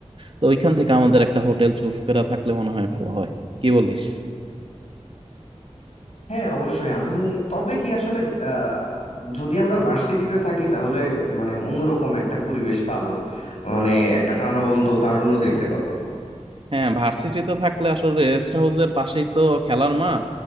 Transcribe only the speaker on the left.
হ্যাঁ অবশ্যই আমি তবে কি আসলে আহ, যদি আমরা ভার্সিটিতে থাকি তাহলে মানে অন্যরকম একটা পরিবেশ পাবো মানে একটা প্রাণবন্ত তারুণ্য দেখতে পাবো